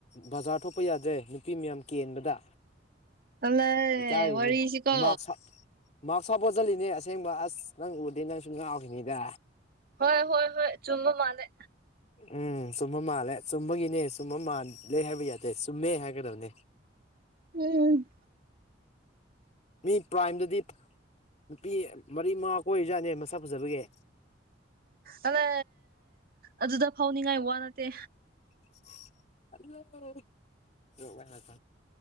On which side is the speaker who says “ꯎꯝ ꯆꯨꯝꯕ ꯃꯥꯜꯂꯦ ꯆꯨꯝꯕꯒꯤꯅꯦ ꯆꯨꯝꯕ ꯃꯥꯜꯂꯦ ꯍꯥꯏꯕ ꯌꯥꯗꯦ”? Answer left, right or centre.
Left